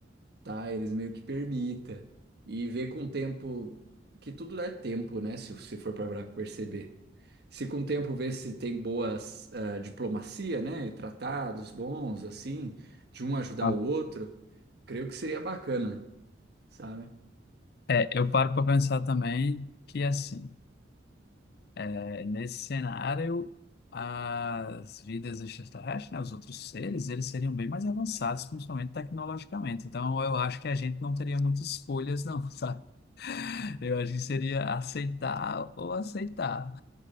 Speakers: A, on the right; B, on the left.
A: tá? Eles meio que permita. E ver com o tempo, que tudo dá tempo, né? Se, se for para perceber. Se com o tempo ver se tem boas ah, diplomacia, né? Tratados bons, assim, de um ajudar
B: Ah.
A: o outro, creio que seria bacana, sabe?
B: É, eu paro para pensar também que, assim, é, nesse cenário, as vidas extraterrestres, né, os outros seres, eles seriam bem mais avançados, principalmente tecnologicamente. Então, eu acho que a gente não teria muitas escolhas, não, <laughs> sabe? Eu acho que seria aceitar ou aceitar.